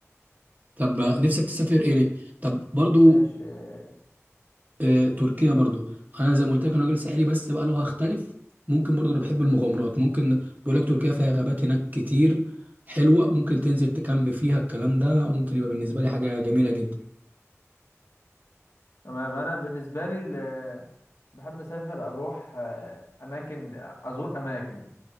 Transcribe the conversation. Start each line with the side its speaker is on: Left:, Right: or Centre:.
Right: طب نفسك تسافر ايه ليه؟ طب برضو
Left: ماشي آه،
Right: آه تركيا برضو انا زي ما قلت لك انا راجل ساحلي بس بقى لو هختلف ممكن برضو انا بحب المغامرات ممكن بيقول لك تركيا فيها غابات هناك كتير حلوة ممكن تنزل تكامب فيها الكلام ده ممكن يبقى بالنسبة لي حاجة جميلة جدا
Left: تمام انا بالنسبه لي ال- بحب اسافر اروح آه، اماكن ازور اماكن